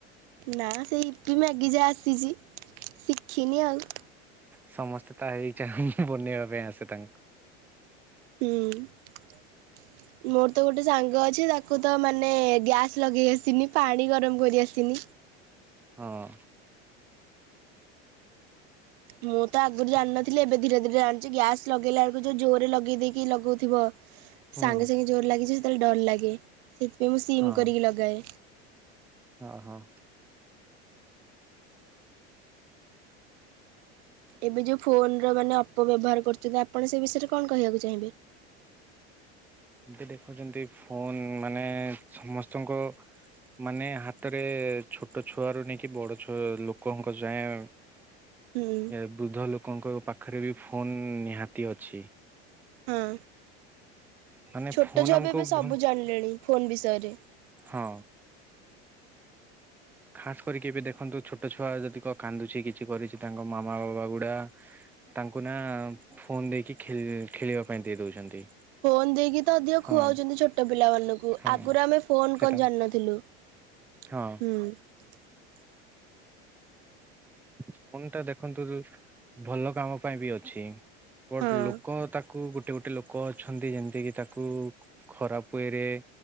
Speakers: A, on the right; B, in the centre.
A: ନା, ସେଇ ଇପି ମ୍ୟାଗି ଯା ଆସିଛି ଶିଖିନି ଆଉ।
B: ସମସ୍ତେ ତା ହେଇଚା ବନେଇବା ପାଇଁ ଆସେ ତାଙ୍କୁ।
A: ହୁଁ, ମୋର ତ ଗୋଟେ ସାଙ୍ଗ ଅଛି। ତାକୁ ତ ମାନେ ଗ୍ୟାସ ଲଗେଇ ଆସିନି, ପାଣି ଗରମ କରି ଆସିନି।
B: ହଁ।
A: ମୁଁ ତ ଆଗରୁ ଜାଣିନଥିଲି, ଏବେ ଧୀରେ ଧୀରେ ଜାଣିଛି। ଗ୍ୟାସ ଲଗେଇଲା ଆଳକୁ ଯୋଉ ଜୋରରେ ଲଗେଇଦେଇକି ଲଗଉଥିବ।
B: ହୁଁ
A: ସାଙ୍ଗେ ସାଙ୍ଗେ ଜୋର ଲାଗିଛି ସେତେବେଳେ ଡର ଲାଗେ। ସେଥିପାଇଁ ମୁଁ ସିମ୍
B: ହଁ
A: କରିକି ଲଗାଏ।
B: ହଁ ହଁ।
A: ଏବେ ଯଉ ଫୋନ୍ ର ମାନେ ଅପ ବ୍ୟବହାର କରୁଛନ୍ତି, ଆପଣ ସେ ବିଷୟରେ କଣ କହିବାକୁ ଚାହିଁବେ?
B: ଅଦି ଦେଖୁଛନ୍ତି, ଫୋନ୍ ମାନେ ସମସ୍ତଙ୍କ ମାନେ ହାତରେ ଛୋଟ ଛୁଆରୁ ନେଇକି, ବଡ ଛୁଆ ଲୋକଙ୍କ ଯାଏଁ
A: ହୁଁ
B: ଏ ବୃଦ୍ଧ ଲୋ କଙ୍କ ପାଖରେ ବି ଫୋନ୍ ନିହାତି ଅଛି।
A: ହଁ
B: ମାନେ
A: ଛୋଟ
B: ଫୋନ
A: ଛୁଆ
B: ଆମକୁ
A: ବି ଏବେ ସବୁ
B: ଭ
A: ଜାଣିଲେଣି ଫୋନ୍ ବିଷୟରେ।
B: ହଁ। ଖାସ୍ କରିକି ଏବେ ଦେଖନ୍ତୁ, ଛୋଟ ଛୁଆ ଯଦି କ-କାନ୍ଦୁଛି କିଛି କରିଛି, ତାଙ୍କ ମାମା ବାବା ଗୁଡା ତାଙ୍କୁ ନା ଫୋନ୍ ଦେଇକି ଖେ-ଖେଳିବା ପାଇଁ ଦେଇ ଦଉଛନ୍ତି।
A: ଫୋନ୍ ଦେଇକି ତ ଅଧିକ
B: ହଁ
A: ଖୁଆଉଛନ୍ତି ଛୋଟ ପିଲାମାନଙ୍କୁ,
B: ହଁ
A: ଆଗରୁ ଆମେ ଫୋନ୍
B: ସେଟା
A: କଣ ଜାଣିନଥିଲୁ। ହୁଁ।
B: ହଁ ଫୋନ୍ ଟା ଦେଖନ୍ତୁ ଭଲ କାମ ପାଇଁ ବି ଅଛି। ବଟ
A: ହଁ।
B: ଲୋକ ତାକୁ ଗୋଟେ ଗୋ ଟେ ଲୋକ ଅଛନ୍ତି, ଯେମିତିକି ତାକୁ ଖରାପ ୱେରେ